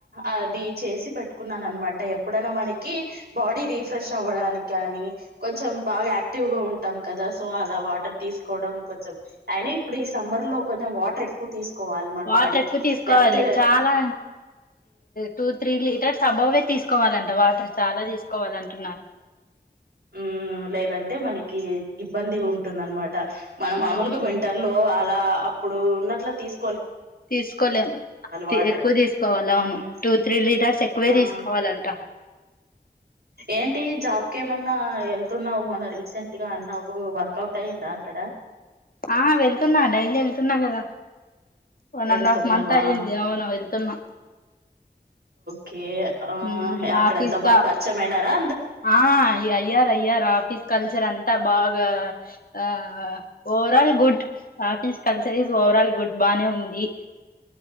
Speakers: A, on the right; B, on the left.
A: అది చేసి పెట్టుకున్నాను అనమాట ఎప్పుడైనా మన్ కీ బాడీ రీఫ్రెష్ అవ్వడానికి కానీ కొంచెం బాగా యాక్టివ్ గా ఉంటాం కదా, సో అలా వాటర్ తీసుకోవడం కొంచెం అయినా ఇప్పుడు ఈ సమ్మర్ లో కొంచెం వాటర్ ఎక్కువ తీస్ కోవాలి మన
B: వాటర్
A: బాడీకి
B: ఎక్కువ తీసుకోవాలి
A: లేపోతే
B: చాలా టూ త్రీ లీటర్స్ అబౌవే తీసుకోవాలంట వాటర్ చాలా తీస్కోవాలంటున్నారు.
A: ఊ మ్మ్ లేదంటే మనకి ఇబ్బంది ఉంటుందనమాట. మనం మామూలుగా
B: అవును
A: వింటర్ లో ఆల్ లా అప్పుడు ఉన్నట్ల తీస్
B: తీసుకోలేం తీ
A: వాటర్
B: ఎక్కువ తీసుకోవాలి అవును
A: మ్
B: టూ త్రీ లీటర్స్ ఎక్కువే
A: ఆ
B: తీసుకోవాలంట.
A: ఏంటి జాబ్కే మన్ న్నా వెళ్తున్నావు మన రీసెంట్ గా అన్నావు, వర్కౌట్ అయిందా అక్కడ?
B: ఆ వెళ్తున్నా డైలీ వెళ్తున్నా కదా! వన్
A: వెళ్తున్నావా
B: అండ్ హాఫ్ మంత్ అయింది అవును వెళ్తున్నా
A: కే ఆ
B: ఉమ్,
A: అక్కడ
B: ఆఫీస్
A: ఎంత బాగా
B: గా
A: పరిచమయినారా?
B: ఆ అయ్ అయ్యారయ్యారు ఆఫీస్ కల్చర్ అంతా బాగా ఆ overall good, office culture is overall good బానే ఉంది